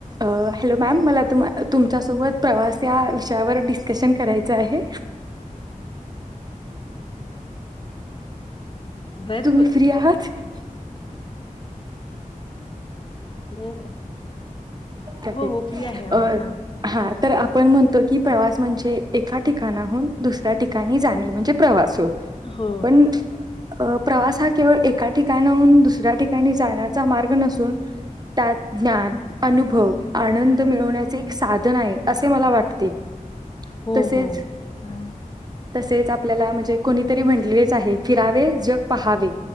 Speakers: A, on the right; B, on the left.
A: अं hello ma'am, मला <inaudible> तुमच्या सोबत प्रवास या विषयावर डिस्कशन करायच आहे.
B: बर
A: तुम्ही
B: बर
A: फ्री आहात? <inaudible>
B: हो
A: त्यात
B: हो
A: एक
B: हो फ्री आहे आम्ही
A: अ
B: हा
A: हा तर आपण म्हणतो की, प्रवास म्हणजे एका ठिकाणाहून दुसऱ्या ठिकाणी जाणे म्हणजे प्रवास होय.
B: हो
A: पण अ प्रवासात केवळ एका ठिकाणाहून दुसऱ्या ठिकाणी जाण्याचा मार्ग नसून त्यात ज्ञान, अनु भव, आनंद मिळवण्याचे एक साधन आहे असे मला वाटते.
B: हो
A: तसेच
B: हो हा
A: तसेच आप आपल्याला म्हणजे कोणीतरी म्हंटलेलच आहे, फिरावे जग पहावे.